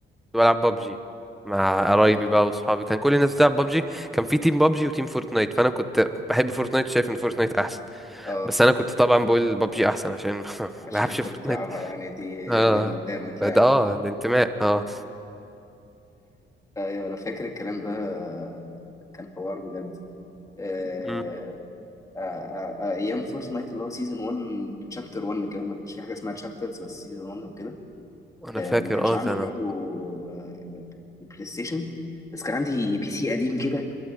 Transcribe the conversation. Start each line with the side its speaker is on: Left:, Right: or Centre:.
Centre: كنت بلعب بابجي مع قرايبي
Left: ده ده-
Centre: بقى وأصحابي كان كل الناس بتلعب بابجي كان في تيم بابجي وتيم فورتنايت فأنا كنت بحب فورتنايت شايف إن فورتنايت أحسن
Left: اه
Centre: بس أنا كنت طبعا بقول بابجي أحسن عشان <laughs> ما
Left: عشان
Centre: بلعبش
Left: انت
Centre: فورتنايت
Left: اللي بتلعبها يعني دي
Centre: أه
Left: دي اللي قدامك
Centre: ده
Left: يعني
Centre: ده- أه
Left: <laughs>
Centre: الانتماء أه
Left: ايوه انا فاكر الكلام ده آه، كان حوار بجد آه،
Centre: مم.
Left: آه، آه، آه، ايام فورس نايت اللي هو سيزون 1 تشابتر 1 كمان ما كانش في حاجه اسمها تشابترز بس سيزون 1 وكده
Centre: أنا
Left: آه،
Centre: فاكر
Left: ما كانش
Centre: أه
Left: عندي
Centre: كان
Left: برضو آه، بلاي ستيشن بس كان عندي بي سي قديم كده